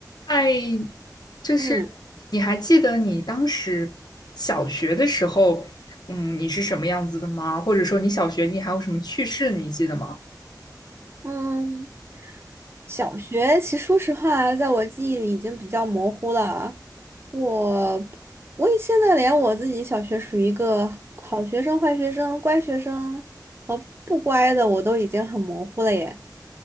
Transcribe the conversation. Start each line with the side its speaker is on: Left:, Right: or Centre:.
Left: 哎，就是
Right: 嗯
Left: 你还记得你当时小学的时候，嗯，你是什么样子的吗？或者说你小学你还有什么趣事你记得吗？
Right: 嗯，小学其实说实话，在我记忆里已经比较模糊了。我我也现在连我自己小学属于一个好学生、坏学生、乖学生和不乖的，我都已经很模糊了耶。